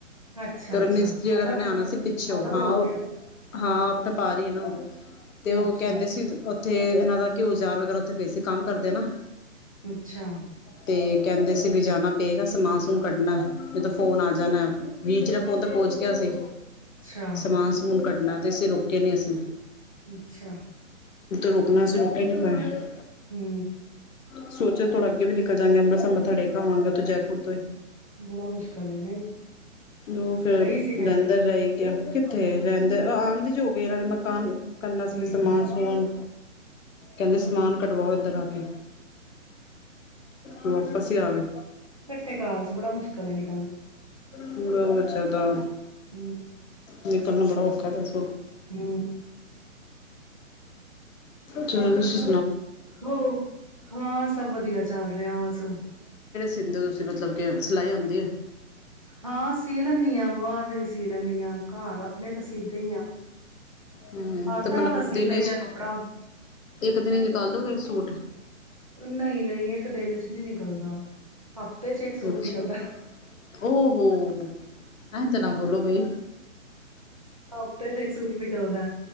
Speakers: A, on the right; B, on the left.
A: ਅੱਛਾ
B: ਤੇ
A: ਅੱਛਾ
B: ਉਹ ਮਿਸਤਰੀ ਵਗੈਰਾ
A: ਅਲੱਗ
B: ਨੇ ਆਉਣਾ ਸੀ ਪਿੱਛੋ।
A: ਅਲੱਗ
B: ਹਾਂ
A: ਹੋ ਗਈ
B: ਉਹ
A: ਹੈ
B: ਹਾਂ, ਆਪਣਾ ਪਾ ਰਹੀ ਹੈ ਨ ੳਹ। ਤੇ ਉਹ
A: ਅੱਛਾ
B: ਕਹਿੰਦੇ ਸੀ ਤੇ ਇਹਨਾਂ ਦਾ ਘਿਓ ਅਚਾਰ ਉਥੇ ਪਏ ਸੀ ਕੰਮ ਕਰਦੇ ਆ ਨਾ
A: ਅੱਛਾ।
B: ਤੇ ਕਹਿੰਦੇ ਸੀ ਵੀ ਜਾਣਾ ਪਏਗਾ ਸਮਾਨ ਸੁਮੂਨ ਕੱਢਣਾ ਹੈ। ਨਹੀ ਤਾਂ ਫੋਨ ਆ ਜਾਣਾ,
A: ਸਹੀ।
B: ਵੀਰ ਜੀ ਫੋਨ ਤ ਪਹੁੰਚ ਗਿਆ ਸੀ।
A: ਅੱਛਾ
B: ਸਮਾਨ ਸਮੂਨ ਕੱਡ ਨਾ ਤੇ ਅਸੀ ਰੁੱਕੇ ਨੀ ਅਸੀਂ।
A: ਅੱਛਾ।
B: ਰੁਕਣਾ ਸੀਂ ਰੁਕ ਹੀ ਨਹੀਂ ਪਾਏ।
A: ਹੂੰ।
B: ਸੋਚਿਆ ਥੋੜਾ ਅੱਗੇ ਵੀ ਨਿਕਲ ਜਾਣੇ ਆਂ, ਅਮਿ੍ਤਸਰ ਮੱਥਾ ਟੇਕ ਲੇ ਵਾਂਗ ਜੈਪੁਰ ਤੋ
A: ਬੜਾ ਮੁਸ਼ਕਿਲ ਹੈ। ਨਹੀਂ।
B: ਉਹ ਫੇਰ
A: ਗਈ ਸੀ ਤੇਰਾ
B: ਰਹਿੰਦਾ ਰਹੇ ਕਿੱਥੇ ਰਹਿੰਦੇ? ਆਂਦੇ ਜੋ ਹੋ ਗਏ ਇਹਨਾਂ ਦੇ ਮਕਾਨ ਕਰਨਾ
A: ਹੂੰ
B: ਸੀ ਵੀ ਸਮਾਨ ਸਮੂਨ ਕਹਿੰਦੇ ਸਮਾਨ ਕਡਵਾਓ ਇੱਧਰ ਆ ਕੇ ਵਾਪਸ ਤੇ ਆਵੇ
A: ਇਕੱਠੇ ਘਰ ਚ ਬੜਾ ਮੁਸ਼ਕਿਲ ਹੈ ਨਿਕਲ
B: ਕੂੜਾ ਔ ਚ ਸ਼ਰਦਾ
A: ਹੂੰ
B: ਨਿਕਲਣਾ ਬੜਾ ਔਖਾ ਦਸ
A: ਹੂੰ
B: ਚਲੇ ਸੀਂ
A: ਹੋ ਹਾਂ ਸਭ ਵਧੀਆ ਚੱਲ ਰਿਹਾ ਵਸ
B: ਸਦੇ ਹੋ ਤੁਸੀਂ ਮਤਲਬ ਕੇ ਸਿਲਾਈ ਆਉਂਦੀ ਏ
A: ਹਾਂ ਸੀ ਲੈਂਦੀ ਹਾਂ ਬਾਹਰ ਦੇ ਵੀ ਸੀ ਲੈਂਦੀ ਹਾਂ ਘਰ ਆਪਣੇ ਤਾਂ ਸੀਦੇ ਹੀ ਆ
B: ਹਮ
A: ਹਰ
B: ਤੇ
A: ਤਰ੍ਹਾਂ
B: ਮਤਲਬ
A: ਦਾ ਸੀ
B: ਦਿਨ
A: ਲਈਦਾ
B: ਚ
A: ਕੱਪੜਾ
B: ਇੱਕ ਦਿਨ ਚ ਨਿਕਾਲ ਦੋਗੇ ਸੂਟ
A: ਨਹੀਂ ਨਹੀਂ ਇੱਕ ਦਿਨ ਚ ਨਹੀਂ ਨਿਕਲਦਾ ਹਫ਼ਤੇ ਚ ਇੱਕ ਸੂਟ
B: ਅੱਛਾ
A: ਨਿਕਲਦਾ
B: ਉਹ ਹੋ ਹਾਂਜੀ ਤਰ੍ਹਾਂ ਬੋਲੋ ਬਾਈ
A: ਹਫ਼ਤੇ ਚ ਇੱਕ ਸੂਟ ਨਿਕਲਦਾ